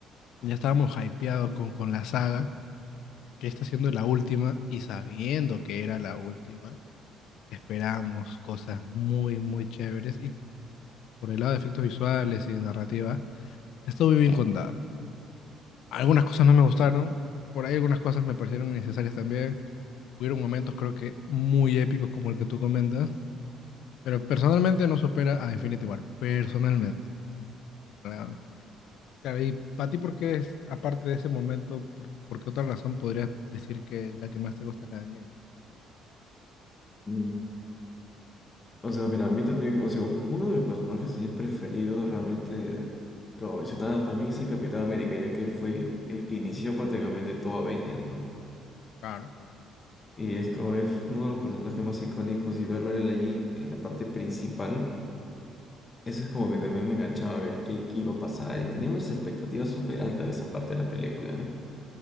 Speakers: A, on the left; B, on the left.
A: ya estábamos hypeados con, con la saga, que está siendo la última, y sabiendo que era la última, esperábamos cosas muy, muy chéveres. por el lado de efectos visuales y de narrativa, estuvo muy bien contada. Algunas cosas no me gustaron, por ahí algunas cosas me parecieron innecesarias también. Hubieron momentos creo que muy épicos como el que tú comentas, pero personalmente no supera a Infinity War, personalmente. ¿no? Ah, claro, y para ti, ¿por qué es, aparte de ese momento, por, por qué otra razón podrías decir que la que más te gusta es la de Endgame?
B: Sí, O sea, mira, a mí también, o sea, un- uno de mis personajes así preferidos realmente, como mencionabas, para mí es el Capitán América, ya que él fue el que inició prácticamente todo Avengers, ¿no?
A: Claro, claro.
B: Y es como es uno de los personajes más icónicos y verlo a él allí en la parte principal, eso es como que también me enganchaba a ver qué, qué iba a pasar y tenía unas expectativas súper altas de esa parte de la película, ¿eh?